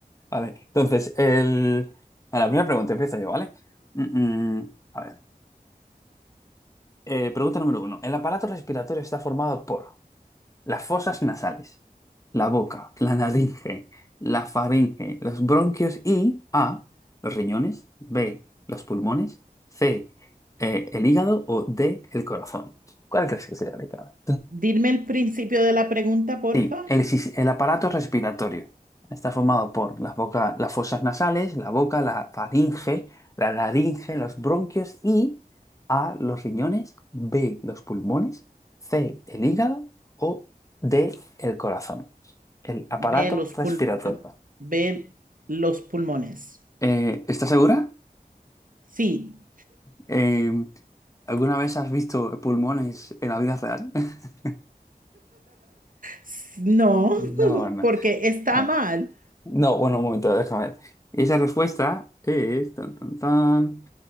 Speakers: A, on the left; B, on the right.
A: Vale, entonces, el... a la primera pregunta empiezo yo, ¿vale? Mm, mm, a ver, Eh, pregunta número uno. El aparato respiratorio está formado por las fosas nasales, la boca, la laringe, la faringe, los bronquios y A, los riñones, B, los pulmones, C, eh, el hígado o D, el corazón. ¿Cuál crees que sea la indicada?
B: Dime el principio de la pregunta, porfa.
A: Sí, el, sis- el aparato respiratorio está formado por las, boca- las fosas nasales, la boca, la faringe, la laringe, los bronquios y A, los riñones, B, los pulmones, C, el hígado o D, el corazón. El aparato
B: Ve los
A: respiratorio.
B: pul- ve los pulmones.
A: Eh, ¿estás segura?
B: Sí.
A: Eh, ¿alguna vez has visto pulmones en la vida real? <laughs>
B: S- No,
A: No,
B: <laughs>
A: no.
B: porque está
A: Bueno,
B: mal.
A: No, bueno, un momento, déjame ver. Esa respuesta es... Tan, tan, tan.